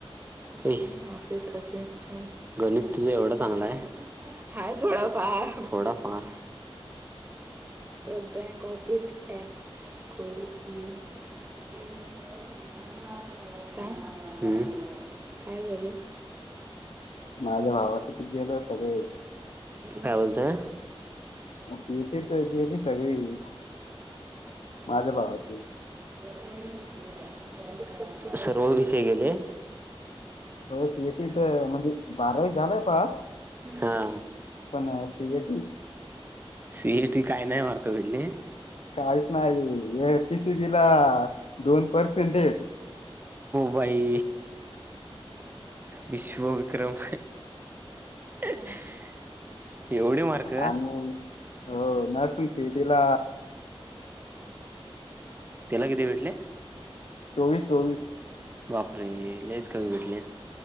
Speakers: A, on the right (about 20°); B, on the left (about 85°).
A: वगैरे गणित तुझ एवढंच चांगला हाय थोडाफार थोडाफार बँक ऑफिस को <unintelligible> हम हम काय करू <inaudible>
B: माझ्या भावाच तरू गेलं सगळे
A: काय बोलत <inaudible>
B: केस गेली सगळी <inaudible> माझ्या भावाची
A: <inaudible> सर्व विषय गेले
B: हो श म्हणज बावी झाय पा
A: हा
B: पण ह
A: सीएटी काय नाही मार्क वडले
B: काहीच नाही ए पीसीबी ला दोन पर्सेंट येत
A: बाई <inaudible> विश्व विक्रम <inaudible> एवढी मार्क
B: आणि हो नर्सिंग सिटीला <inaudible>
A: केलाग दे वडले
B: चोवीस चोवीस
A: बापरे लच कमी भेटले